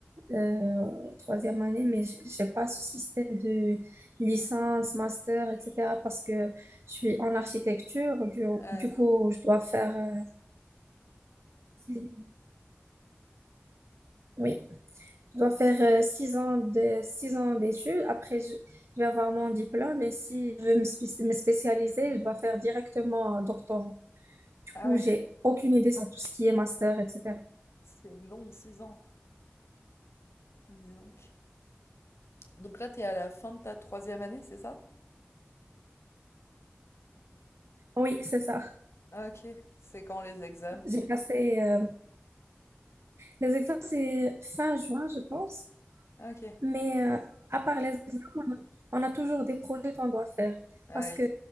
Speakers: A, on the right; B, on the left.
A: euh, troisième année, mais j- j'ai pas ce système de licence, master, etc. parce que je suis en architecture. Du,
B: Ouais.
A: du coup, je dois faire, euh, six- oui, je dois faire euh, six ans de six ans d'études. Après, je, je vais avoir mon diplôme. Et si je veux me, spé- me spécialiser, je dois faire directement un doctorat. Du
B: Ah
A: coup,
B: ouais,
A: j'ai aucune idée sur tout ce qui est master, etc.
B: c'est long, 6 ans. Dis donc. Donc là, t'es à la fin de ta troisième année, c'est ça?
A: Oui, c'est ça.
B: Ah, Ok, c'est quand les examens?
A: J'ai passé euh, Les examens, c'est fin juin, je pense.
B: Ok.
A: Mais euh, à part les examens, on a on a toujours des projets qu'on doit faire.
B: Ah
A: Parce
B: oui.
A: que